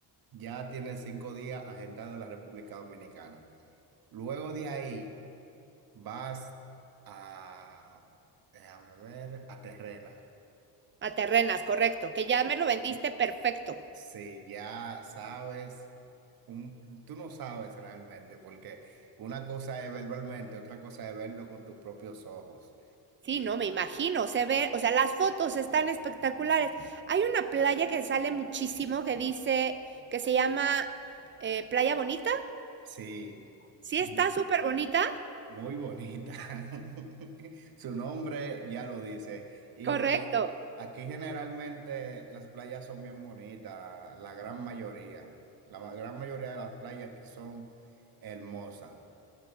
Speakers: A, on the right; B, on the right.
A: ya tienes cinco días agendado en la República Dominicana. Luego de ahí vas a, déjame ver, a Terrena.
B: a terrenas, correcto. Que ya me lo vendiste perfecto.
A: Si ya sabes, un- tú no sabes realmente, porque una cosa es verbalmente, otra cosa es verlo con tus propios ojos.
B: Sí, no, me imagino, se ve, o sea, las fotos están espectaculares. Hay una playa que sale muchísimo que dice, que se llama eh, Playa Bonita.
A: Sí.
B: Sí,
A: Sí.
B: está súper bonita.
A: Muy bonita. <laughs> Su nombre ya lo dice. Y
B: Correcto.
A: aquí, aquí generalmente las playas son bien bonitas, la gran mayoría. La ma- gran mayoría de las playas aquí son hermosas.